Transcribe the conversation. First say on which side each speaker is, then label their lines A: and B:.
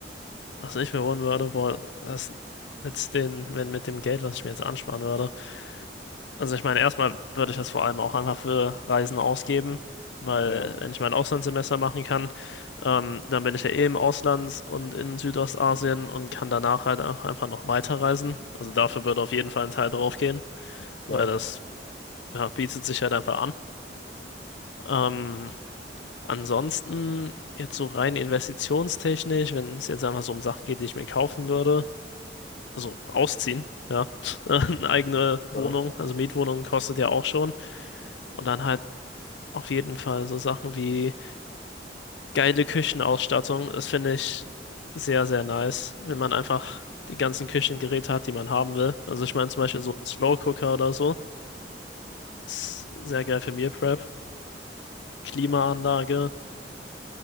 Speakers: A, on the left (about 80°); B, on the left (about 50°).
A: was ich mir holen würde, boah, das mit den, wenn mit dem Geld, was ich mir jetzt ansparen würde. Also ich meine, erstmal würde ich das vor allem auch einfach für Reisen ausgeben, weil
B: Ja,
A: wenn ich mein Auslandssemester machen kann, ähm, dann bin ich ja eh im Ausland und in Südostasien und kann danach halt auch einfach noch weiterreisen. Also dafür würde auf jeden Fall ein Teil draufgehen,
B: klar,
A: weil das ja, bietet sich halt einfach an. Ähm, ansonsten jetzt so rein investitionstechnisch, wenn es jetzt einfach so um Sachen geht, die ich mir kaufen würde, also ausziehen. Ja, <laughs> eine eigene
B: klar.
A: Wohnung, also Mietwohnung kostet ja auch schon. Und dann halt Auf jeden Fall so Sachen wie geile Küchenausstattung. Das finde ich sehr, sehr nice, wenn man einfach die ganzen Küchengeräte hat, die man haben will. Also ich meine zum
B: Mhm.
A: Beispiel so ein Slow Cooker oder so. Ist sehr geil für Meal Prep. Klimaanlage,